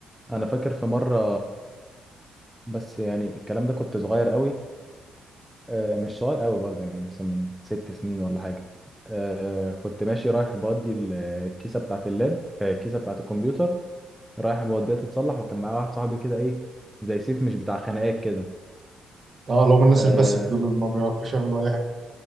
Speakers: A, in the centre; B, on the right.
A: انا فاكر في مره بس يعني الكلام ده كنت صغير قوي آه، مش صغير قوي برضه يعني مثلا من ست سنين ولا حاجه آه، كنت ماشي رايح بودي ال- الكيسه بتاعه اللاب آه، الكيسه بتاعه الكمبيوتر رايح بوديها تتصلح وكان معايا واحد صاحبي كده ايه زي سيف مش بتاع خناقات كده
B: اه اللي هم الناس
A: آه،
B: الباسف دول اللي ما بيعرفوش يعملوا اي حاجه